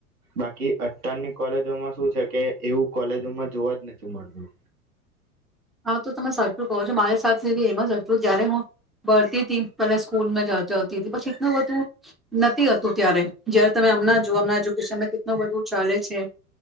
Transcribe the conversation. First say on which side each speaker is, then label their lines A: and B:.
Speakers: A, on the right; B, in the centre.
A: બાકી અત્યારની કોલેજોમાં શું છે કે એવું કોલેજોમાં જોવા જ નથી મળતું
B: હા તો તમે સરચું કહો છો મારી સાથેી એમાં સચું જયારે હું ભરતી હતી પહેલા સ્કૂલમાં જતી હતી પછ એટલું બધું નથીતું ત્યારે જય્યારે તમે અમ જોમ એજ્યુકેશન કેટલ બધું ચાલે છે